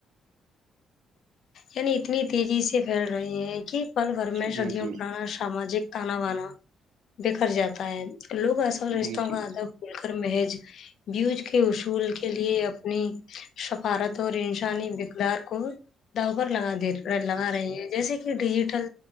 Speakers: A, on the left; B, on the right.
A: یعنی اتنی تیزی سے پھیل رہے ہیں کہ پل بھر میں
B: جی
A: صدیوں
B: جی
A: پرانا ساماجک تانا وانا بیکر جاتا ہے لوگ اصل رشتوں
B: جی جی
A: کا ادب کر محج بیوج کے اصول کے کے لیے اپنی سفارت اور انسانی بقدار کو دؤ پر لگا دے لگا رہے ہیں جیسے کہ ڈیجیٹل